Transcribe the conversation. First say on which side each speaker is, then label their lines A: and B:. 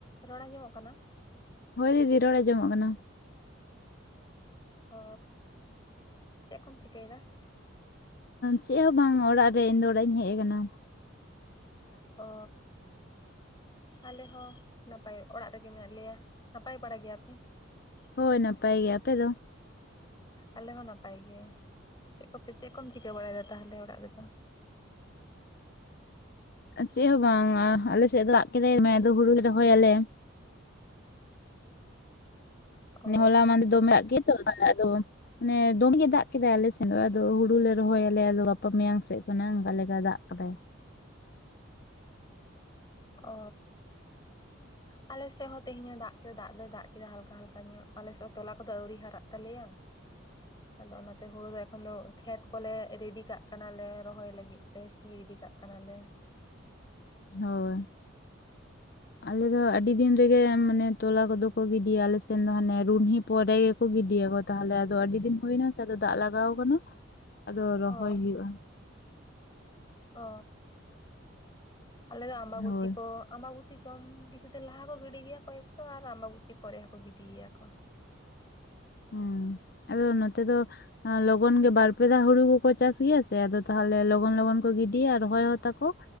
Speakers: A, on the left (about 20°); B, on the left (about 50°).
A: ᱨᱚᱲ ᱟᱸᱡᱚᱢᱚᱜ ᱠᱟᱱᱟ?
B: ᱦᱳᱭ ᱫᱤᱫᱤ ᱨᱚᱲ ᱟᱸᱚᱢᱚᱜ ᱠᱟᱱᱟ᱾
A: ᱚ ᱪᱮᱫ ᱠᱚᱢ ᱪᱤᱠᱟᱹᱭᱮᱫᱟ?
B: ᱪᱮᱫ ᱦᱚᱸ ᱵᱟᱝ ᱚᱲᱟᱜ ᱨᱮ ᱤᱧ ᱫᱚ ᱚᱲᱟᱜ ᱤᱧ ᱦᱮᱡ ᱠᱟᱱᱟ᱾
A: ᱚ᱾ ᱟᱞᱮ ᱦᱚᱸ ᱱᱟᱯᱟᱭ ᱚᱲᱟᱜ ᱨᱮᱜᱮ ᱢᱮᱱᱟᱜ ᱞᱮᱭᱟ, ᱱᱟᱯᱟᱭ ᱵᱟᱲᱟ ᱜᱮᱭᱟᱯᱮ?
B: ᱦᱳᱭ ᱱᱟᱯᱟᱭ ᱜᱮ, ᱟᱯᱮ ᱫᱚ?
A: ᱟᱞᱮ ᱦᱚᱸ ᱱᱟᱯᱟᱭ ᱜᱮ, ᱪᱮᱫ ᱠᱚᱯᱮ ᱪᱮᱫ ᱠᱚᱢ ᱪᱤᱠᱟᱹ ᱵᱟᱲᱟᱭᱫᱟ ᱛᱟᱦᱚᱞᱮ ᱚᱲᱟᱜ ᱨᱮᱫᱚ?
B: ᱪᱮᱫ ᱦᱚᱸ ᱵᱟᱝᱟ ᱟᱞᱮ ᱥᱮᱫ ᱫᱟᱜ ᱠᱮᱫᱟᱭ ᱫᱚᱢᱮ ᱟᱫᱚ ᱦᱩᱲᱩ ᱨᱚᱦᱚᱭᱟᱞᱮ᱾
A: ᱚ
B: ᱱᱮ ᱦᱚᱞᱟ ᱢᱫᱮ ᱫᱚᱢᱮ ᱫᱟᱜ ᱠᱮᱜ ᱫᱚ ᱛᱟᱦᱚᱞᱮ ᱟᱫᱚ ᱢᱟᱱᱮ ᱫᱚᱢᱮ ᱜᱮ ᱫᱟᱜ ᱠᱮᱫᱟᱭ ᱟᱞᱮ ᱥᱮᱱ ᱫᱚ ᱟᱫᱚ ᱦᱩᱬᱩ ᱞᱮ ᱨᱚᱦᱚᱭᱟᱞᱮ ᱟᱫᱚ ᱜᱟᱯᱟ ᱢᱮᱭᱟᱝ ᱥᱮᱡ ᱠᱷᱚᱱᱟᱜ ᱚᱱᱠᱟ ᱞᱮᱠᱟ ᱫᱟᱜ ᱠᱟᱫᱟᱭ᱾
A: ᱚ᱾ ᱟᱞᱮᱥᱮᱜ ᱦᱚᱸ ᱛᱮᱦᱮᱧ ᱦᱚᱸ ᱫᱟᱜ ᱠᱮᱫᱟ ᱫᱟᱜ ᱞᱮ ᱫᱟᱜ ᱠᱮᱫᱟ ᱦᱟᱞᱠᱟ ᱦᱟᱞᱠᱟ ᱧᱚᱜ ᱟᱞᱮᱥᱮᱫ ᱛᱚᱞᱟ ᱠᱚᱫᱚ ᱟᱣᱨᱤ ᱦᱟᱨᱟᱜ ᱛᱟᱞᱮᱭᱟ᱾ <inaudible> ᱟᱫᱚ ᱚᱱᱟᱛᱮ ᱦᱩᱬᱩ ᱫᱚ ᱮᱠᱷᱚᱱ ᱫᱚ ᱠᱷᱮᱛ ᱠᱚᱞᱮ ᱨᱮᱰᱤ ᱠᱟᱜ ᱠᱟᱱᱟᱞᱮ ᱨᱚᱦᱚᱭ ᱞᱟᱹᱜᱤᱫ ᱛᱮ ᱥᱤ ᱨᱮᱰᱤ ᱠᱟᱜ ᱠᱟᱱᱟᱞᱮ᱾
B: ᱦᱳᱭ᱾
A: <inaudible>
B: ᱟᱞᱮ ᱫᱚ ᱟᱹᱰᱤ ᱫᱤᱱ ᱨᱮᱜᱮ ᱢᱟᱱᱮ ᱛᱚᱞᱟ ᱠᱚᱫᱚ ᱠᱚ ᱜᱤᱰᱤᱭᱟ ᱟᱞᱮᱥᱱ ᱫᱚ ᱦᱟᱸᱱᱮ ᱨᱩᱱᱦᱤ ᱯᱚᱨᱮ ᱠᱚ ᱜᱤᱰᱤᱭᱟᱠᱚ ᱛᱟᱦᱚᱞᱮ ᱟᱫᱚ ᱟᱹᱰᱤ ᱫᱤᱱ ᱦᱩᱭᱮᱱᱟ ᱥᱮ ᱟᱫᱚ ᱫᱟᱜ ᱞᱟᱜᱟᱣ ᱠᱟᱱᱟ᱾
A: <inaudible>
B: ᱟᱫᱚ ᱨᱚᱦᱚᱭ
A: ᱚ
B: ᱦᱩᱭᱩᱜᱼᱟ᱾
A: ᱚ ᱟᱞᱮ ᱫᱚ ᱟᱢᱵᱟᱵᱚᱛᱤ
B: ᱦᱳᱭ
A: ᱠᱚ ᱟᱢᱵᱟᱵᱩᱛᱤ ᱡᱚᱢ ᱠᱤᱪᱷᱩ ᱫᱤᱱ ᱞᱟᱦᱟ ᱠᱚ ᱜᱤᱰᱤ ᱜᱤᱭᱟ ᱠᱚᱭᱮᱠ ᱛᱚ ᱟᱨ ᱟᱢᱵᱟᱵᱩᱛᱤ ᱯᱚᱨᱮ ᱦᱚᱸᱠᱚ ᱜᱤᱰᱤ ᱜᱮᱭᱟ ᱠᱚ᱾
B: ᱦᱩᱸ ᱟᱫᱚ ᱱᱚᱛᱮ ᱫᱚ ᱞᱚᱜᱚᱱ ᱜᱮ ᱵᱟᱨ ᱯᱮ ᱫᱷᱟ ᱦᱩᱬᱩ ᱠᱚᱠᱚ ᱪᱟᱥ ᱜᱮᱭᱟ ᱥᱮ ᱟᱫᱚ ᱛᱟᱦᱞᱮ ᱞᱚᱜᱚᱱ ᱞᱚᱜᱚᱱ ᱠᱚ ᱜᱤᱰᱤᱭᱟ ᱟᱨ ᱦᱚᱸ ᱛᱟᱠᱚ